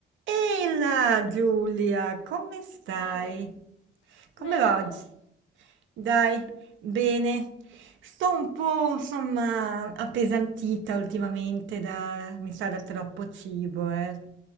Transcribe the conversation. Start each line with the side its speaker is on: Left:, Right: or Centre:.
Right: Ehi là Giulia, come stai?
Left: Amy,
Right: Come
Left: bene
Right: va oggi?
Left: tu?
Right: Dai, bene. Sto un po', insomma, appesantita ultimamente da, mi sa, da troppo cibo, eh.